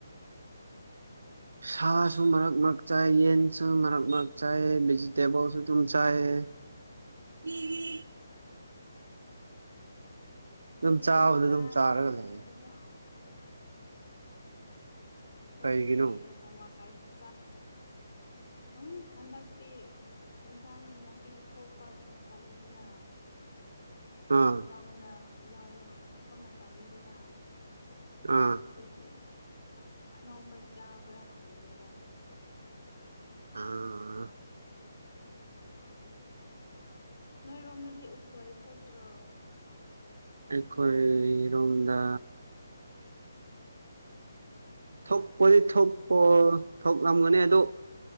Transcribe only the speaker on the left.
ꯑꯩꯈꯣꯏꯗꯤ
ꯆꯥꯅꯤꯡꯉꯥꯏ
ꯂꯩꯇꯦꯗ
ꯑꯩꯈꯣꯏꯗꯤ
ꯍꯋꯥꯏꯁꯨ ꯆꯥ ꯎꯝ ꯍꯟꯗꯛꯇꯤ ꯏꯟꯁꯥꯡ ꯅꯥꯄꯤ ꯊꯣꯛꯄ ꯃꯇꯝꯅꯤꯁꯤꯅ <inaudible>
ꯅꯧꯅ ꯅꯧꯅ ꯇꯕ ꯃꯇꯝꯅꯤꯗꯅ
ꯑꯗꯨꯒꯤ ꯑꯅꯧꯕ ꯆꯥꯕ꯭ꯔꯥ ꯍꯪꯕꯅꯤꯗ
ꯑ ꯅꯣꯏꯔꯣꯝꯗꯗꯤ ꯎꯁꯋꯥꯏ ꯊꯣꯛꯇ꯭ꯔꯣ